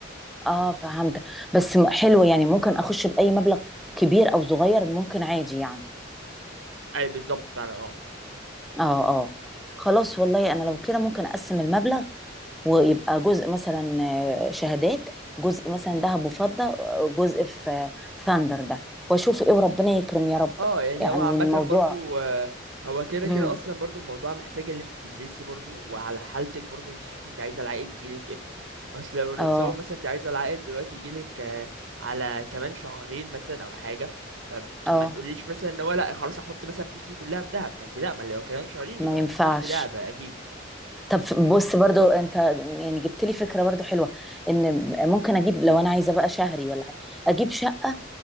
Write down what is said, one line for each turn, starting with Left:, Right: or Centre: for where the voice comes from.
Centre: اه فهمت بس م- حلو يعني ممكن اخش بأي مبلغ كبير او صغير ممكن عادي يعني
Right: اي بالظبط فعلا اه
Centre: اه اه خلاص والله انا لو كده ممكن اقسم المبلغ ويبقى جزء مثلا آه، شهادات جزء مثلا ذهب وفضة آه، جزء في آه، ثاندر ده واشوف ايه وربنا يكرم يا رب
Right: اه يعني
Centre: يعني
Right: هو عامة
Centre: الموضوع
Right: برضو آه، هو كده
Centre: مم.
Right: كده اصلا برضو الموضوع محتاج ان انت تدرسي برضو وعلى حالتك برضو انت شوفي انت عايزه العائد يجيلك امتى اصل لو نتصور
Centre: اه
Right: مثلا انت عايزه العائد دلوقتي يجيلك آه، على كمان شهرين مثلا او حاجه فما
Centre: اه
Right: تقوليش مثلا ان هو لا خلاص احط مثلا فلوسي كلها في دهب ما انت لا ما لو كمان شهرين
Centre: ما
Right: يبقى ما
Centre: ينفعش
Right: تحطيش في دهب اكيد
Centre: طب بص برضو انت يعني جبت لي فكرة برضو حلوة ان ممكن اجيب لو انا عايزة بقى شهري ولا حاجة، اجيب شقة